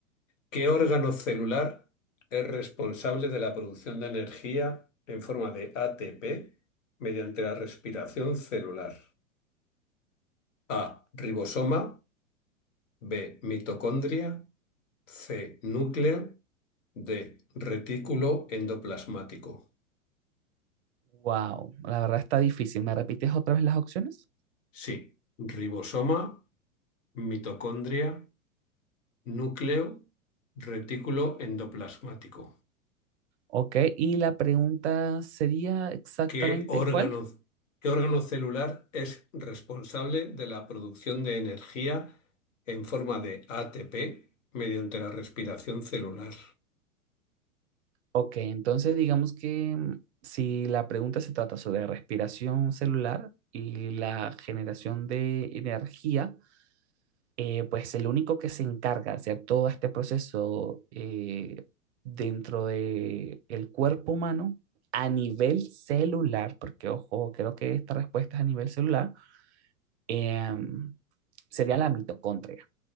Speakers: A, on the left; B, on the right.
A: ¿Qué órgano celular es responsable de la producción de energía en forma de ATP mediante la respiración celular? A. Ribosoma. B. Mitocondria. C. Núcleo. D. Retículo endoplasmático.
B: Wow, la verdad está difícil. ¿Me repites otra vez las opciones?
A: Sí. Ribosoma, mitocondria, núcleo, retículo endoplasmático.
B: Ok, y la pregunta sería exactamente
A: ¿Qué órgano,
B: cuál.
A: qué órgano celular es responsable de la producción de energía en forma de ATP mediante la respiración celular?
B: Ok, entonces digamos que mm, si la pregunta se trata sobre respiración celular y la generación de energía, eh, pues el único que se encarga de hacer todo este proceso eh, dentro de el cuerpo humano a nivel celular, porque ojo, creo que esta respuesta es a nivel celular, em, sería la mitocondria.